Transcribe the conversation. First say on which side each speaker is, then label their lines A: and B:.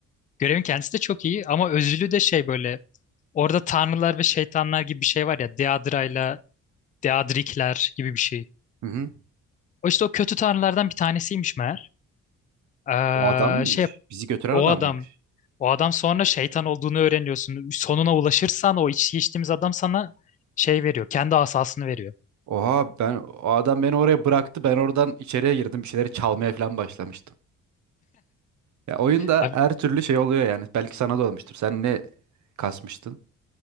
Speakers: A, on the left; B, on the right.
A: Görevin kendisi de çok iyi ama özülü de şey böyle orada tanrılar ve şeytanlar gibi bir şey var ya Deadra'yla Deadrikler gibi bir şey.
B: Hı hı.
A: O işte o kötü tanrılardan bir tanesiymiş meğer. Ee,
B: O adam mıymış?
A: şey
B: Bizi götüren
A: o
B: adam
A: adam
B: mıymış?
A: o adam sonra şeytan olduğunu öğreniyorsun. Sonuna ulaşırsan o iç geçtiğimiz adam sana şey veriyor. Kendi asasını veriyor.
B: Oha ben o adam beni oraya bıraktı. Ben oradan içeriye girdim. Bir şeyleri çalmaya falan başlamıştım. Ya oyunda
A: Abi
B: her türlü şey oluyor yani. Belki sana da olmuştur. Sen ne kasmıştın?